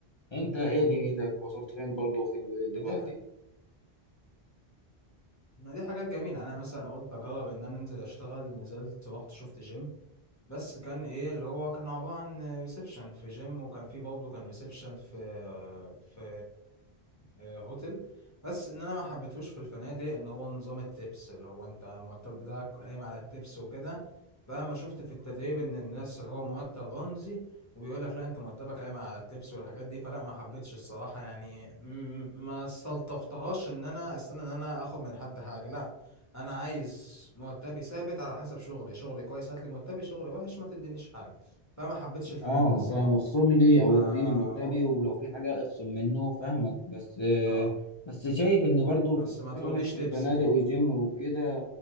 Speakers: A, on the left; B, on the left.
A: أنت إيه دنيتك وصلت فين برضه في دلوقتي؟
B: دي ما دي حاجات جميلة يعني أنا مثلا قلت أجرب إن أنا أنزل أشتغل نزلت رحت شفت جيم بس كان ايه اللي هو كان عبارة عن ريسبشن في جيم وكان في برضه كان ريسبشن في في آه، هوتل بس ان انا ما حبيتهوش في الفنادق ان هو نظام التبس اللي هو انت المرتب بتاعك قايم على التبس وكده فاما شفت في التدريب ان الناس اللي هو مرتب رمزي وبيقول لك لا انت مرتبك قايم على التبس والحاجات دي فلا ما حبيتش الصراحة يعني م- ما استلطفتهاش ان انا استنى ان انا اخد من حد حاجة لا انا عايز مرتبي ثابت على حسب شغلي شغلي كويس هات لي مرتبي شغلي وحش ما تدينيش حاجه فما حبيتش الفنادق
A: اه
B: الصراحه
A: فاهم اخصم لي او
B: فا
A: اديني مرتبي
B: اه
A: ولو في حاجه اخصم منه فاهمك بس آه،
B: آه.
A: بس شايف ان برضه
B: بس ما تقوليش
A: شغلك في
B: تبس
A: الفنادق
B: دي
A: والجيم وكده